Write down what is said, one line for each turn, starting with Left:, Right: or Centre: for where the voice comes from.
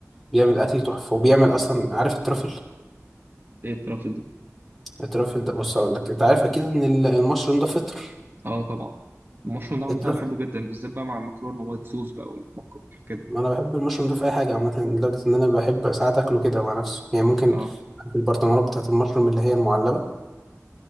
Centre: بيعمل أكل تحفة وبيعمل أصلا عارف الترافل
Right: ايه الترافل دي
Centre: الترافل ده بص هقول لك أنت عارف أكيد إن ال- المشروم ده فطر
Right: اه طبعا المشروم ده عامة
Centre: الترافل
Right: أنا بحبه جدا بالذات بقى مع المكرونه وايت صوص بقى والمكرونه والحاجات دي
Centre: ما أنا بحب المشروم ده في أي حاجة عامة لدرجة إن أنا بحب ساعات أكله كده مع نفسه يعني ممكن
Right: اه
Centre: في البرطمانات بتاعة المشروم اللي هي المعلبة